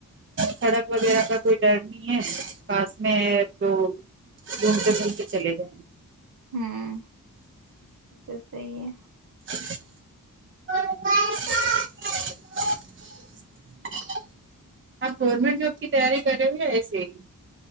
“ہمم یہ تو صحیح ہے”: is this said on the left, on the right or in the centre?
Right